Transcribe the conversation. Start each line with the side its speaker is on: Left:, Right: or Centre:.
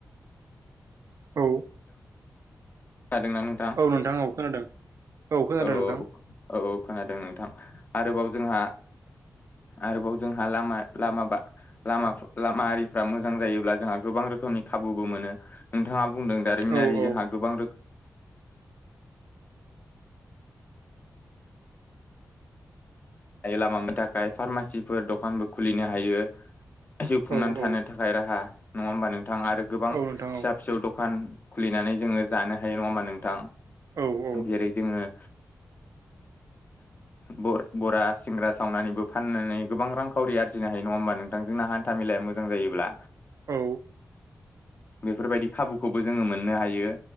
Right: औ
Left: खोनादोंना नोंथां
Right: औ औ खोनादों खोनादों
Left: औ
Right: नोंथां
Left: औ खोनादों नोंथां आरोबाव जोंहा आरोबाव जोंहा लामा लामाबा लामाफ लामा आरिफ्रा मोजां जायोब्ला जोंहा गोबां रो रोखोमनि खाबुबो मोनो नोंथाङा बुंदों दारिमिनारि
Right: औ औ
Left: जोंहा गोबां रोख लामानि थाखाय फार्मासिफोर दखानबो खुलिनो हायो। जिउ खुंनानै
Right: औ औ
Left: थानो थाखाय राहा नङा होमबा नोंथां आरो गोबां
Right: औ नोंथां
Left: फिसा-फिसौ
Right: औ
Left: दखान खुलिनानै जोङो जानो हायो नङा होमा नोंथां
Right: औ
Left: जेरै जोङो बर' बरा सिंग्रा सावनानैबो फाननानै गोबां रांखाउरि आरजिनो हायो नङा होमबा नोंथां जोंना हान्था मेलाया मोजां जायो ब्ला
Right: औ
Left: बेफोरबायदि खाबुखौबो जोङो मोननो हायो